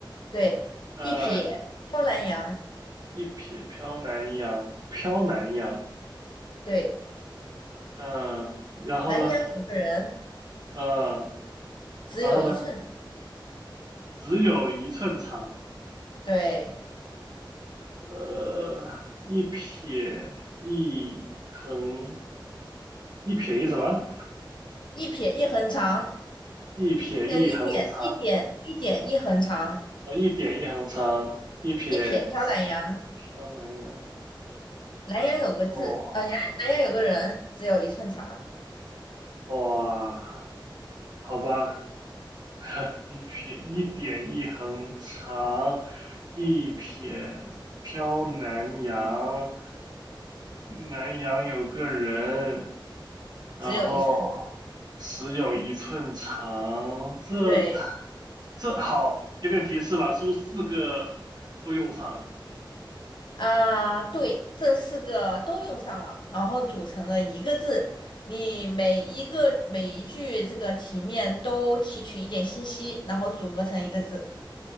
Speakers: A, on the left (about 65°); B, on the right (about 55°).
A: 对，
B: 呃，
A: 一撇飘南洋。
B: 一撇飘南洋，飘南洋，
A: 对，
B: 嗯、然后呢，
A: 南洋有个人，
B: 嗯、
A: 只有一寸长。
B: 然后呢，只有一寸长。
A: 对，
B: 呃，一撇一横，一撇一什么？
A: 一撇一横长，
B: 一撇一横长，
A: 一点一点一点一横长，
B: 呃，一点一横长，一撇
A: 一撇飘南洋。
B: 萧南洋，
A: 南洋有个字，
B: 哇
A: 啊，南南洋有个人，只有一寸长，
B: 哇，好吧，<laughs> 一撇一点一横长，一撇飘南洋，南洋有个人。然后只有一寸长，
A: 只有一寸。
B: 这太
A: 对。
B: 这好，给点提示吧，是不是四个都用上了？
A: 啊，对，这四个都用上了，然后组成了一个字。你每一个每一句这个题面都提取一点信息，然后组合成一个字。